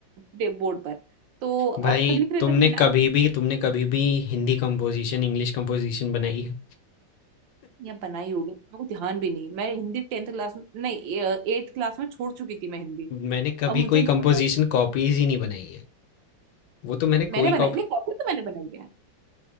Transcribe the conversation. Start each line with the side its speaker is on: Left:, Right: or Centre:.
Right: डे बोर्ड पर तो
Left: भाई
Right: अब सब लिख रहे
Left: तुमने
Right: थे अपने
Left: कभी
Right: अपने-
Left: भी तुमने कभी भी हिंदी कंपोज़िशन, इंग्लिश कंपोज़िशन बनाई है?
Right: यहाँ बनाई होगी मेरे को ध्यान भी नहीं मैं हिंदी टेंथ क्लास में नहीं एट्थ क्लास में छोड़ चुकी थी मैं हिंदी
Left: मैंने कभी
Right: अब मुझे
Left: कोई
Right: नहीं
Left: कंपोज़िशन
Right: पता
Left: कॉपीज़ ही नहीं बनाई है। वो तो मैंने
Right: मैंने
Left: कोई
Right: बनाई
Left: कॉपी
Right: नहीं कॉपी तो मैंने बनाई है